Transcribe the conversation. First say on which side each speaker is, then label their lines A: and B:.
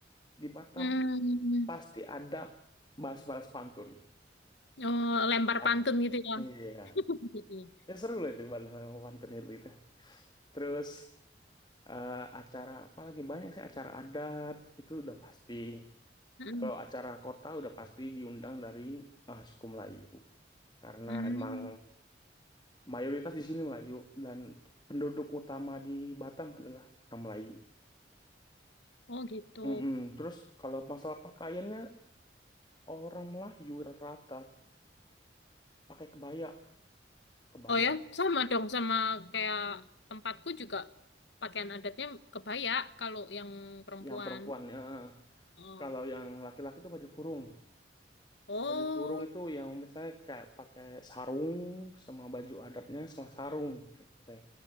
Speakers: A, on the left (about 25°); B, on the left (about 75°).
A: di Batam
B: hmm.
A: pasti ada balas-balas pantun.
B: Oh, lempar
A: At-
B: pantun gitu ya.
A: iya,
B: <laughs> Gitu ya.
A: ya, seru lah itu balas-balas pantun itu gitu. Terus eh, acara apa lagi banyak sih acara adat itu udah pasti.
B: Hmm.
A: Kalau acara kota udah pasti diundang dari eh, suku Melayu karena
B: Hmm.
A: emang mayoritas di sini Melayu dan penduduk utama di Batam adalah orang Melayu.
B: Oh gitu.
A: Mm-mm. Terus kalau masalah pakaiannya orang Melayu rata-rata pakai kebaya, kebaya
B: Oh ya, sama dong sama kayak tempatku juga pakaian adatnya kebaya kalau yang perempuan.
A: yang perempuannya.
B: Oh.
A: Kalau yang laki-laki itu baju kurung.
B: Oh.
A: Baju kurung itu yang misalnya kayak pakai sarung sama baju adatnya sama sarung biasanya.